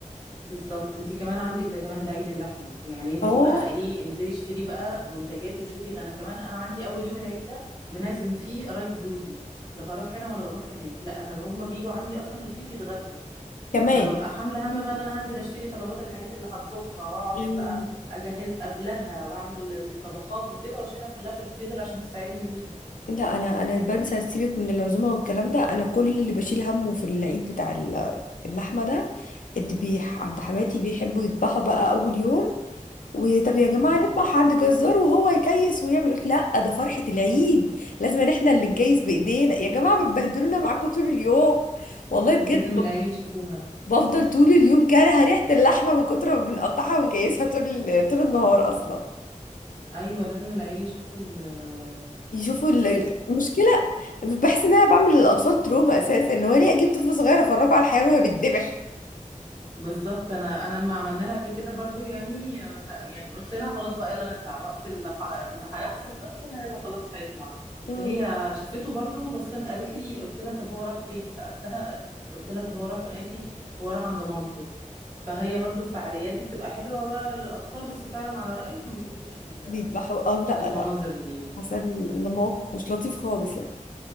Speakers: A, on the left; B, on the left.
A: بالظبط انت كمان عندك ده كمان ده عيد اللحمه يعني انت
B: اه
A: بقى ايه انزلي اشتري بقى منتجات وشوفي ده انا كمان انا عندي اول يوم العيد ده بنعزم فيه قرايب جوزي لا بروح هنا ولا بروح هناك لا انا هم بيجوا عندي اصلا البيت يتغدوا
B: كمان
A: فببقى حامله هم بقى ان انا هنزل اشتري طلبات الحاجات اللي هطبخها واقعد
B: مم.
A: بقى اجهز قبلها واعمل الطبخات وكده واشيلها كلها في الفريزر عشان تساعدني يوميها
B: لا انا انا بنسى سيبك من العزومه والكلام ده انا كل اللي بشيل همه في العيد بتاع ال- اللحمه ده الذبيح عند حماتي بيحبوا يذبحوا بقى اول يوم وطب يا جماعة
A: يا
B: نذبح
A: لهوي
B: عند جزار وهو يكيس ويعمل يقولك لا ده فرحة العيد لازم إن احنا اللي نكيس بإيدينا يا جماعة بتبهدلونا معاكم طول اليوم والله بجد
A: لازم
B: ب-
A: العيال يشوفوها
B: بفضل طول اليوم كارهة ريحة اللحمة من كتر ما بنقطعها ونكيسها طول ال- طول النهار أصلا
A: ايوه لازم العيال يشوفوا ال-
B: يشوفوا ال- المشكلة بحس إن أنا بعمل للأطفال تروما أساسا إن هو ليه أجيب طفل صغير أفرجه على الحيوان وهو بيتذبح
A: بالظبط انا انا لما عملناها قبل كده برضو يعني خ... يعني قلت لها خلاص بقى يلا نطلع وقت اللي, ح... اللي هيحصل ده قلت لها يلا خلاص هيطلع
B: مم.
A: هي شافته برضو بس أنا قالت لي قلت لها طب هو راح فين سألتها قلت لها طب هو راح فين قالت لي هو راح عند مامته فهي برضو الفعاليات دي بتبقى حلوة بقى للأطفال بس فعلا على رأيك ما يشوفوش ال-
B: بيذبحوا اه لا
A: المناظر
B: لا
A: دي
B: حسن الموقف مش لطيف خالص يعني